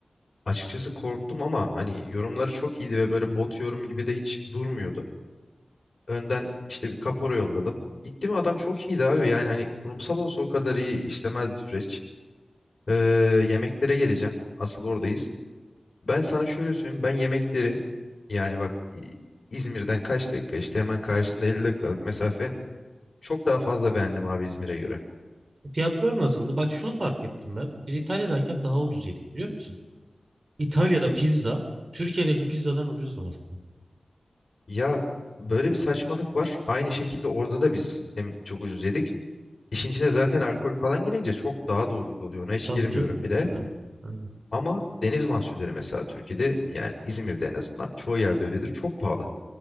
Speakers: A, on the left; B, on the right.
A: açıkçası korktum ama hani yorumları çok iyiydi ve böyle bot yorum gibi de hiç durmuyordu. Önden işte bir kapora yolladım. gitti mi adam çok iyiydi abi. Yani hani kurumsal olsa o kadar iyi işlemezdi süreç. Eee, yemeklere geleceğim. Asıl oradayız. Ben sana şöyle söyleyeyim. Ben yemekleri yani bak İ- İzmir'den kaç dakika işte hemen karşısında 50 dakikalık mesafe çok daha fazla beğendim abi İzmir'e göre.
B: E, Fiyatlar nasıldı? Bak şunu fark ettim ben. Biz İtalya'dayken daha ucuz yedik biliyor musun? İtalya'da pizza Türkiye'deki pizzadan ucuzdu mesela.
A: Ya böyle bir saçmalık var. Aynı şekilde orada da biz hem çok ucuz yedik. İşin içine zaten alkol falan girince çok daha da ucuz oluyor. Ona hiç
B: Tabii
A: girmiyorum
B: canım.
A: bile.
B: Aynen. Aynen.
A: Ama deniz mahsulleri mesela Türkiye'de yani İzmir'de en azından çoğu yerde öyledir. Çok pahalı.